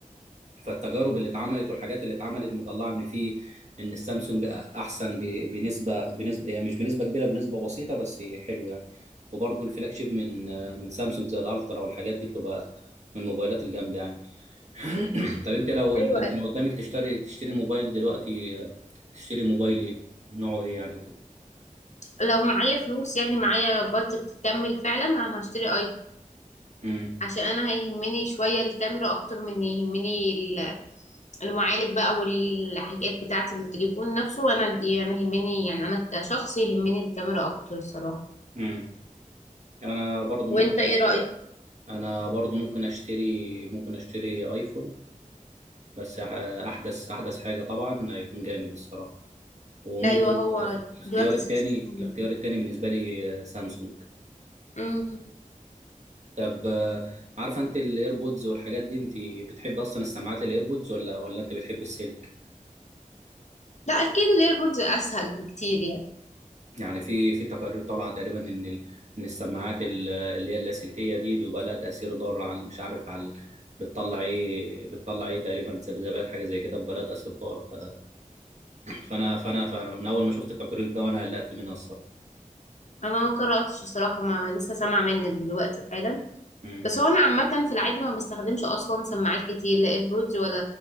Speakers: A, on the right; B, on the left.
A: فالتجارب اللي اتعملت والحاجات اللي اتعملت مطلعه ان في ان السامسونج احسن ب- بنسبه بنسبه يعني مش بنسبه كبيره بنسبه بسيطه بس حلو يعني وبرضه الفلاج شيب من من سامسونج زي الالترا والحاجات دي بتبقى من الموبايلات الجامده يعني <coughs> <clears throat> طب انت لو
B: ايوه
A: انت انت لو قدامك تشتري تشتري موبايل دلوقتي آه، تشتري موبايل ايه نوعه ايه يعني وكده
B: لو معايا فلوس يعني معايا بادجت تكمل فعلا انا هشتري
A: امم
B: عشان انا هيهمني شوية الكاميرا اكتر من يهمني ال- المعالج بقى والحاجات بتاعة التليفون نفسه وانا دي انا يهمني يعني انا كشخص يهمني الكاميرا اكتر الصراحة
A: امم انا برضو
B: وانت
A: ممكن
B: ايه رأيك؟
A: انا برضو ممكن اشتري ممكن اشتري ايفون بس أح- احدث احدث حاجه طبعا هيكون جامد الصراحه وممكن
B: ايوه هو
A: الاخ- الاختيار
B: دلوقتي
A: التاني
B: 16
A: الاختيار التاني بالنسبة لي آه، سامسونج
B: امم
A: طب آه، عارفة انت الايربودز والحاجات دي انت بتحب اصلا السماعات الايربودز ولا ولا انت بتحب السلك
B: لا اكيد الايربودز اسهل بكتير يعني
A: يعني في في تقارير طالعة تقريبا ان ال- ان السماعات ال- اللي هي اللاسلكية دي بيبقى لها تأثير ضار على مش عارف على بتطلع ايه بتطلع ايه تقريبا ذبذبات حاجة زي كده بيبقى لها تأثير ضار ف... فانا فانا فمن اول ما شفت التقرير ده وانا قلقت منها الصراحة
B: انا ما قرأتش الصراحة ما لسه سامعة منك دلوقتي حالا
A: امم
B: بس هو انا عامة في العادي ما بستخدمش اصلا سماعات كتير لا ايربودز ولا